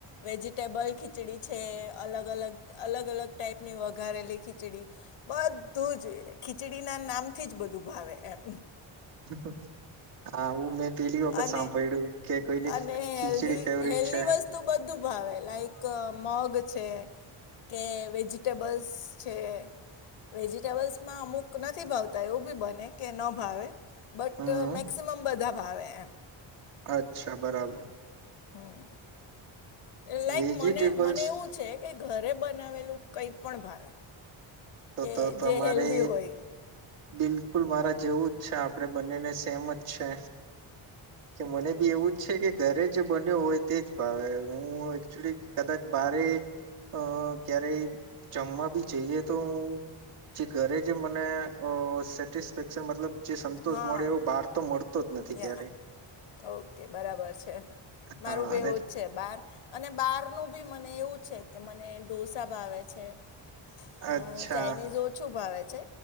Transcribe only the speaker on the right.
<inaudible> આવુ મેં પેલી વખત
સાંભળ્યું કે કોઈની
ખીચડી
ફેવરિટ
છે.
હમ
અચ્છા બરાબર.
વેજીિટેબલ્સ
તો
તો તમારે
બિલકુલ મારા જેવું જ છે આપડે બંનેને સેમ જ છે. કે મને બી એવું જ છે કે ઘરે જે બન્યુ હોય તે જ ભાવે. હું એક્ચુલી કદાચ બારે, અ ક્યારેય જમવા બી જઈએ તો હું જે ઘરે જે મને અ સેટિસ્ફેક્શન મતલબ જે સંતોષ
મળે એવો બહાર તો મળ મળતો જ નથી ક્યારેય.
હા
અને
અચ્છા